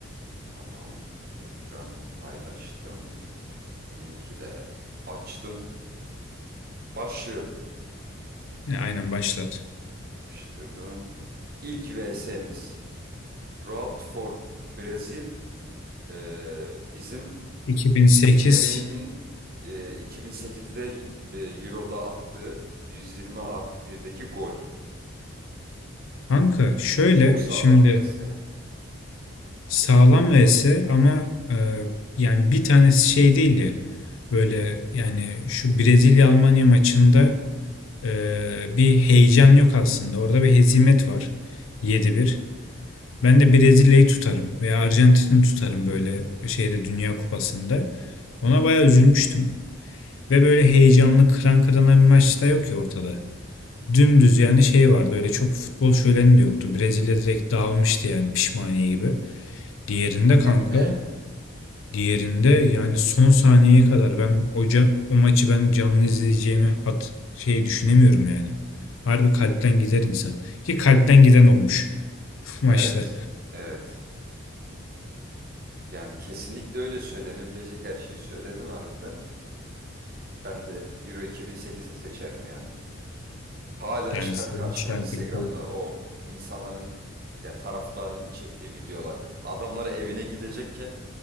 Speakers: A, on the right; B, on the left.
A: Tamam. Ekran paylaştım. Linki de açtım. Başlıyorum.
B: E, aynen başlat.
A: Yapıştırdım. İlk VS'miz. Road for Brazil. Ee, bizim
B: 2008.
A: Semih'in e, 2008'de e, Euro'da attığı 120 artı birdeki gol.
B: Kanka şöyle
A: Çok sağlam
B: şimdi
A: VS.
B: Sağlam vs ama e, yani bir tanesi şey değil ya böyle yani şu Brezilya Almanya maçında e, bir heyecan yok aslında. Orada bir hezimet var. yedi bir Ben de Brezilya'yı tutarım veya Arjantin'i tutarım böyle şeyde Dünya Kupası'nda. Ona bayağı üzülmüştüm. Ve böyle heyecanlı kıran kırana bir maç da yok ya ortada. Dümdüz yani şey vardı öyle çok futbol şöleni de yoktu. Brezilya direkt dağılmıştı yani pişmaniye gibi. Diğerinde kanka
A: <gasps>
B: Diğerinde yani son saniyeye kadar ben o, ca- o maçı ben canlı izleyeceğimi hat şey düşünemiyorum yani. Harbi kalpten gider insan. Ki kalpten giden olmuş <laughs> maçta.
A: Evet. Evet. Yani kesinlikle öyle söylenebilecek her şeyi söyledin harbiden. Ben de Euro 2008'i seçerim ya. Hala
B: Yani
A: çıkar
B: Sevinç
A: karşıma
B: Şentürk'ü.
A: Instagram'da o insanların ya taraftarın çektiği videolar. Adamlar evine gidecekken